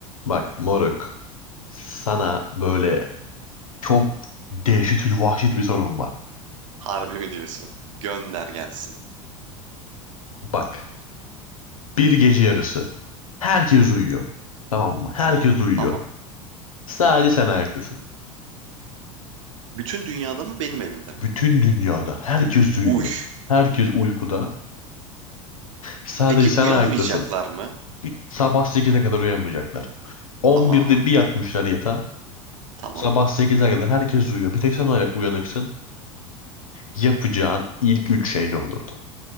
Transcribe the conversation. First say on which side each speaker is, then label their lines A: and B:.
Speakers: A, on the left (about 80°); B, on the right (about 65°).
A: Bak moruk sana böyle çok dehşetül vahşet bir sorun var.
B: Harbi mi diyorsun? Gönder gelsin.
A: Bak bir gece yarısı herkes uyuyor. Tamam mı? Herkes
B: Tamam,
A: uyuyor.
B: tamam.
A: Sadece sen ayaktasın.
B: Bütün dünyada mı benim evimde mi?
A: Bütün dünyada herkes uyuyor.
B: Uy.
A: Herkes uykuda. Sadece
B: Peki
A: sen
B: uyanmayacaklar
A: ayaktasın.
B: mı?
A: Sabah 8'e kadar uyanmayacaklar. On
B: Tamam,
A: birde bir yatmışlar yatağa.
B: tamam.
A: Sabah 8'e kadar herkes uyuyor. Bir tek sen uya- uyanıksın. Yapacağın ilk üç şey ne olurdu?